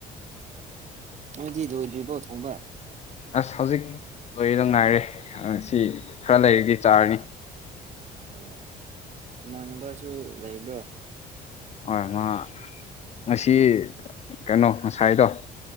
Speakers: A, on the right; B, on the left.
A: ꯅꯗꯤ ꯂꯣꯏꯗ꯭ꯔꯤꯕꯣ ꯊꯣꯡꯕ
B: ꯑꯁ ꯍꯧꯖꯤꯛ ꯂꯣꯏꯔꯤꯗ ꯉꯥꯏꯔꯦ ꯁꯤ ꯈꯔ ꯂꯩꯔꯗꯤ ꯆꯥꯔꯅꯤ
A: ꯑꯣ ꯏꯃꯥꯟꯅꯕꯁꯨ ꯂꯩꯕ꯭ꯔꯣ
B: ꯍꯣꯏ ꯃꯥ ꯉꯁꯤ ꯀꯩꯅꯣ ꯉꯁꯥꯏꯗꯣ